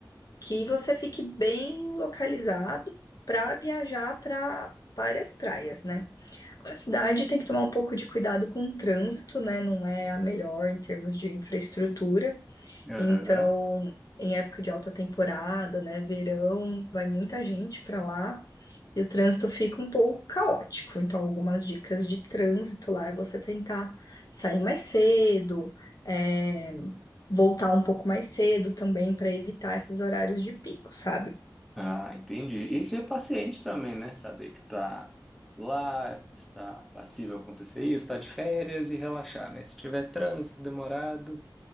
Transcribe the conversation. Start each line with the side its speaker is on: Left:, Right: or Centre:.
Left: que você fique bem localizado para viajar para várias praias, né? A cidade tem que tomar um pouco de cuidado com o trânsito, né? Não é a melhor em termos de infraestrutura.
Centre: Aham.
Left: Então, em época de alta temporada, né? Verão, vai muita gente para lá. E o trânsito fica um pouco caótico. Então, algumas dicas de trânsito lá é você tentar sair mais cedo, é, voltar um pouco mais cedo também para evitar esses horários de pico, sabe?
Centre: Ah, entendi. Isso é paciente também, né? Saber que tá lá, está passível acontecer isso, está de férias e relaxar, né? Se tiver trânsito demorado,